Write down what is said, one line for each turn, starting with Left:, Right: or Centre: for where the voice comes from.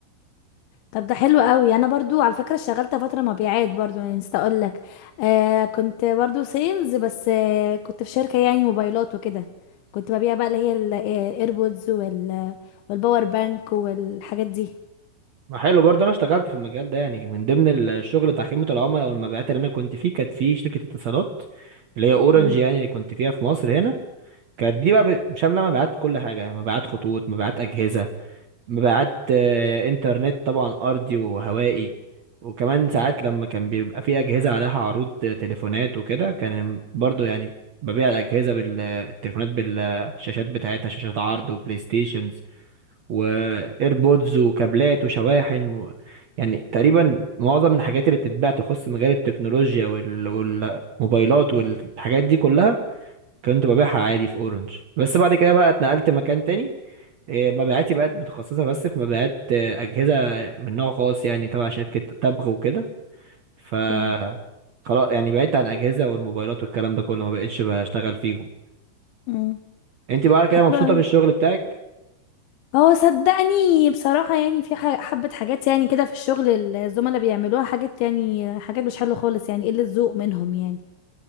Left: طب ده حلو قوي انا برضو على فكره اشتغلت فتره مبيعات برضو يعني نسيت اقول لك آه كنت برضو سيلز بس آه كنت في شركه يعني موبايلات وكده كنت ببيع بقى اللي هي الايربودز وال والباور بانك والحاجات دي
Right: ما حلو برضه انا اشتغلت في المجال ده يعني من ضمن الشغل بتاع خدمة العملاء والمبيعات اللي انا كنت فيه كانت في شركة اتصالات اللي هي اورنج
Left: اوكي
Right: يعني اللي كنت فيها في مصر هنا كانت دي بقى ب- شاملة مبيعات كل حاجة يعني مبيعات خطوط مبيعات أجهزة مبيعات آه، انترنت طبعا ارضي وهوائي وكمان ساعات لما كان بيبقى في اجهزه عليها عروض آه، تليفونات وكده كان برضو يعني ببيع الاجهزه بالتليفونات بالشاشات بتاعتها شاشات عرض وبلاي ستيشنز وايربودز وكابلات وشواحن و... يعني تقريبا معظم الحاجات اللي بتتباع تخص مجال التكنولوجيا وال... والموبايلات والحاجات دي كلها كنت ببيعها عادي في اورنج بس بعد كده بقى اتنقلت مكان تاني إيه، مبيعاتي بقت متخصصة بس في مبيعات آه، أجهزة من نوع خاص يعني تبع شركة تبغ وكده ف
Left: اوكي
Right: خلاص يعني بعدت عن أجهزة والموبايلات والكلام ده كله ما بقتش بشتغل فيهم
Left: امم
Right: انت بقى كده
Left: حلو
Right: مبسوطة
Left: قوي
Right: في الشغل بتاعك
Left: هو صدقني بصراحه يعني في ح- حبه حاجات يعني كده في الشغل الزملاء بيعملوها حاجات يعني حاجات مش حلوه خالص يعني قله ذوق منهم يعني